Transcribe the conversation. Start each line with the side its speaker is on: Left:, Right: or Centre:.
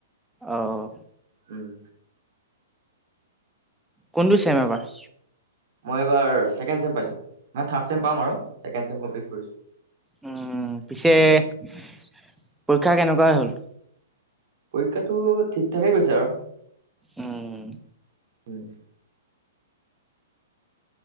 Centre: অ'।
Right: উম।
Centre: কোনটো চেম এবাৰ?
Right: মই এইবাৰ চেকেণ্ড চেম পাইছো, মানে থাৰ্ড চেম পাম আৰু চেকেণ্ড চেম কমপ্লিট কৰিছো।
Centre: উম, পিছে পৰীক্ষা কেনেকুৱাই হ'ল?
Right: পৰীক্ষাটো ঠিক ঠাকে গৈছে আৰু।
Centre: উম,।
Right: উম,